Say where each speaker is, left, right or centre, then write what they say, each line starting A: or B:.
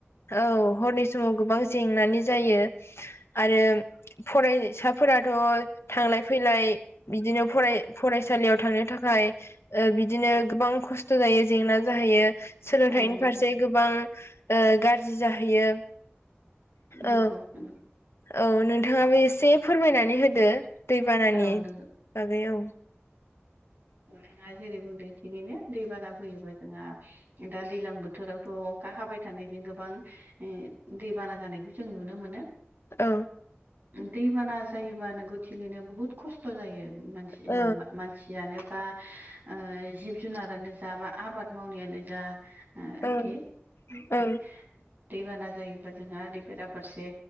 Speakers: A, on the left; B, on the right.
A: औ हरनि समाव गोबां जेंनानि जायो आरो फरायसाफोराथ' थांलाय फैलाय बिदिनो फराय फरायसालियाव थांनो थाखाय ओ बिदिनो गोबां खस्थ' जायो जेंना जाहैयो। सोलोंथाइनि
B: औ नंगौ
A: फारसे गोबां ओ गाज्रि जाहैयो।
B: नंगौ
A: औ
B: नंगौ।
A: औ नोंथांङाबो एसे फोरमायनानै होदो दैबानानि
B: औ नंगौ
A: बागै औ <inaudible>
B: नोंथांङा जेरै बुंदों थिगैनो दैबाना फोयोबा जोंहा दा दैज्लां बोथोरावथ' अखा हाबाय थानायजों गोबां <unintelligible> दैबाना जानायखौ जों नुनो मोनो।
A: औ।
B: दैबाना जायोबा नोंगौ थिगैनो बुहुत खस्थ' जायो मानसि
A: औ
B: मा मानसि यानो बा ओ जिब जुनारानो जा बा आबाद मावनायानो जा ओ आरोखि
A: औ
B: <unintelligible>
A: औ
B: दैबाना जायोबा जोंहा ओरै बेराफारसे